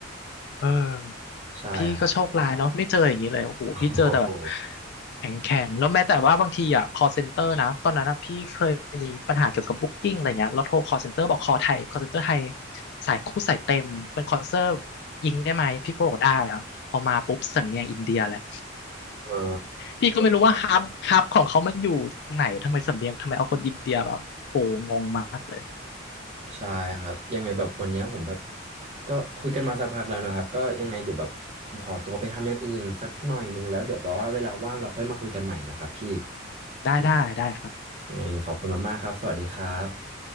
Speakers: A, on the left; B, on the right.
A: เออ
B: ใช่ครับ
A: พี่ก็โชคร้ายเนาะไม่เจออย่างนี้เลยโอ้โหพี่เจอแต่แบบ
B: โอ้โห
A: แข็งแข็งแล้วแม้แต่ว่าบางทีอ่ะ call center นะตอนนั้นอะพี่เคยมีปัญหาเกี่ยวกับบุ๊กก i n g อะไรเงี้ยแล้วโทร call center บอก call ไทย call center ไทยสายคู่สายเต็มเป็น call center ยิงได้ไหมพี่ก็บอกได้อ่ะพอมาปุ๊บสำเนียงอินเดียเลย
B: อ๋อ
A: พี่ก็ไม่รู้ว่าฮับฮับของเขามันอยู่ตรงไหนทำไมสำเนียงทำไมเอาคนอินเดียแบบโอ้โหงงมากเลย
B: ใช่ครับยังไงแบบวันเนี้ยผมแบบก็คุยกันมาสักพักแล้วนะครับก็ยังไงเดี๋ยวแบบผมขอตัวไปทำอย่างอื่นสักหน่อยนึงแล้วเดี๋ยวแบบว่าเวลาว่างเราค่อยมาคุยกันใหม่นะครับพี่
A: ได้ได้ได้ครับ
B: ยังไงขอบคุณมากๆครับสวัสดีครับ